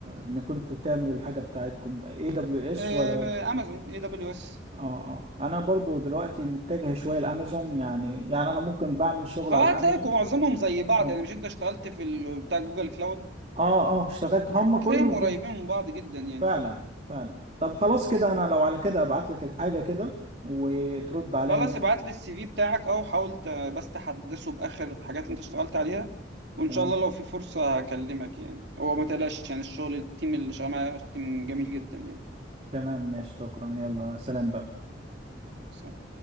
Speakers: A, on the right; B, on the right.
A: انك كنتوا بتعملوا الحاجة بتاعتكم اي دبليو اس
B: آه،
A: ولا
B: امازون اي دبليو اس
A: اه اه انا برضو دلوقتي متجه شويه لامازون يعني يعني انا ممكن بعمل شغل
B: هو
A: على
B: هتلاقيكم
A: امازون
B: معظمهم زي بعض
A: اه
B: يعني مش انت اشتغلت في ال- بتاع جوجل كلاود
A: اه اه اشتغلت هم
B: هتلاقيهم
A: كلهم فين
B: قريبين من بعض جدا يعني
A: فعلا فعلا طب خلاص كده انا لو على كده ابعت لك الحاجه كده وترد عليا
B: خلاص
A: مثلا
B: ابعت لي السي في بتاعك او حاول ت- بس تحدثه باخر الحاجات اللي انت اشتغلت عليها وان
A: تمام
B: شاء الله لو في فرصة هكلمك يعني هو ما تقلقش يعني الشغل التيم اللي شغال معاه تيم جميل جدا
A: تمام ماشي شكرا يلا سلام بقى
B: يعني